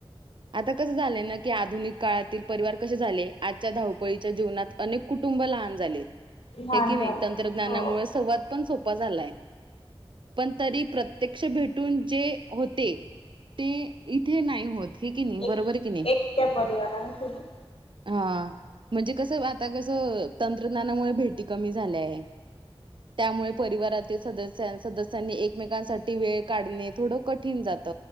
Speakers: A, on the right (about 55°); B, on the left (about 70°).
A: आता कस झालं कनी आत आधुनिक काळातील परिवार कसे झाले आजच्या धावपळीच्या जीवनात अनेक कुटुंब लहान झाले.
B: लहान
A: हे की नाही
B: झालं
A: तंत्रज्ञानामुळे
B: हो
A: संवाद पण सोपा झालाय पण तरी प्रत्यक्ष भेटून जे होते ते इथे नाही होत हि कि नाही
B: एक
A: बरोबर कि नाही
B: एकट्या परिवाराने सोबत
A: हा म्हणजे कसं आता कसं तंत्रज्ञानामुळे भेटी कमी झाल्याय त्यामुळे परिवारातील सस सदस्यांनी एकमेकांसाठी वेळ काढ थोड कठीण जात